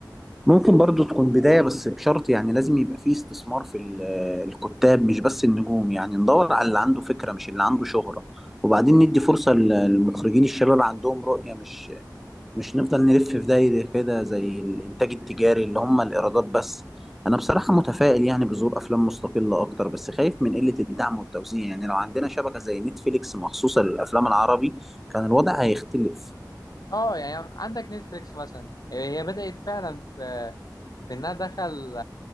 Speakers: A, in the centre; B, on the left.
A: ممكن برضو تكون بداية بس بشرط يعني لازم يبقى فيه استثمار في ال- آه، الكتاب مش بس النجوم يعني ندور على اللي عنده فكرة مش اللي عنده شهرة وبعدين ندي فرصة ل- للمخرجين الشباب اللي عندهم رؤية مش مش نفضل نلف في دايرة كده زي الإنتاج التجاري اللي هم الإيرادات بس أنا بصراحة متفائل يعني بظهور أفلام مستقلة أكتر بس خايف من قلة الدعم والتوزيع يعني لو عندنا شبكة زي نتفليكس مخصوصة للأفلام العربي كان الوضع هيختلف
B: اه يعني عندك نتفليكس مثلا يعني هي بدأت فعلا في في انها دخل